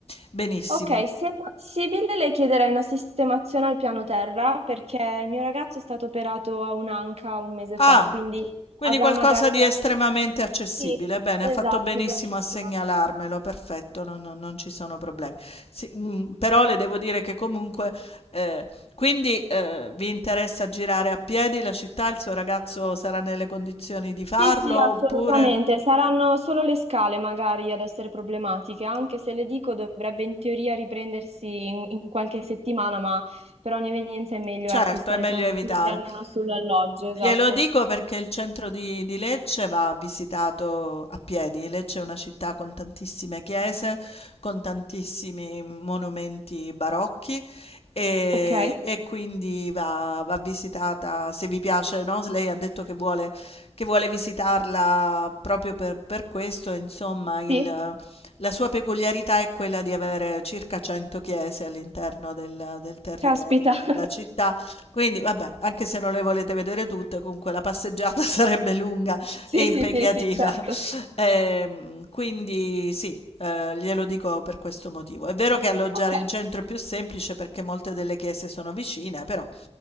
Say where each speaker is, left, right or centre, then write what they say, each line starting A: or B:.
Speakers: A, on the left; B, on the right.
A: Benissimo.
B: Ok, se è possibile le chiederei una sistemazione al piano terra perché il mio ragazzo è stato operato a un'anca un mese fa,
A: Ah,
B: quindi
A: quindi
B: avrà
A: qualcosa
B: magari
A: di
B: qualche...
A: estremamente accessibile.
B: Sì,
A: Bene,
B: esatto,
A: ha fatto benissimo
B: bravissima.
A: a segnalarmelo, perfetto, non, non- non ci sono problemi. Sì, mm, però le devo dire che comunque, eh, quindi eh, vi interessa girare a piedi la città? Il suo ragazzo sarà nelle condizioni di farlo
B: Sì, sì, assolutamente.
A: oppure?
B: Saranno solo le scale magari ad essere problematiche, anche se le dico dovrebbe in teoria riprendersi in, in qualche settimana, ma per ogni evenienza è meglio,
A: Certo,
B: ecco, stare
A: è meglio
B: tranquilli
A: evitare.
B: almeno sull'alloggio, esatto.
A: Glielo dico perché il centro di, di Lecce va visitato a piedi. Lecce è una città con tantissime chiese, con tantissimi monumenti barocchi e,
B: Ok,
A: e quindi va, va visitata, se vi piace, no? Se Lei ha detto che vuole, che vuole visitarla proprio per, per questo, insomma, il-
B: sì,
A: la sua peculiarità è quella di avere circa 100 chiese all'interno del del territorio
B: caspita.
A: della
B: <laughs>
A: città quindi vabbè, anche se non le volete vedere tutte, comunque la passeggiata <laughs> sarebbe lunga
B: Sì,
A: e impegnativa.
B: sì, sì, sì, certo.
A: Ehm, quindi sì, eh, glielo dico per questo motivo. È vero che alloggiare
B: Ok.
A: in centro è più semplice perché molte delle chiese sono vicine, però